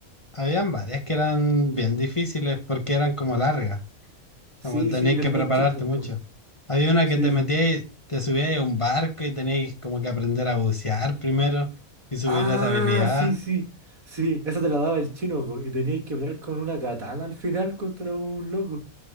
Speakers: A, on the left; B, on the right.
A: habían varias que eran bien difíciles porque eran como largas.
B: sí,
A: Como tenéis
B: sí, y no
A: que
B: teníais
A: prepararte
B: checkpoint,
A: mucho.
B: pues.
A: Había una
B: Sí,
A: que te metías
B: sí.
A: y te subías a un barco y tenías como que aprender a bucear primero y subir
B: Ah,
A: esa habilidad.
B: sí, sí. Sí, esa te la daba el chino, pues. Y teníais que pelear con una katana al final contra un loco.